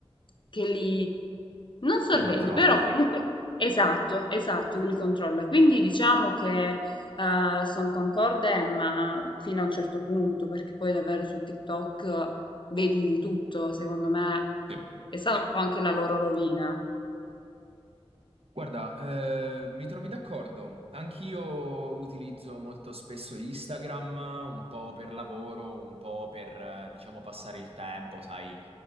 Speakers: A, on the left (about 50°); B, on the right (about 70°).
A: che li non sorvegli,
B: Li controlla.
A: però comunque esatto, esatto, che li controlla. Quindi diciamo che sono concorde, ma fino a un certo punto, perché poi davvero su TikTok eh, vedi di tutto, secondo me
B: Sì.
A: è stata un po' anche la loro rovina.
B: Guarda, eh, mi trovi d'accordo. Anch'io utilizzo molto spesso Instagram, un po' per lavoro, un po' per, eh, diciamo, passare il tempo, sai,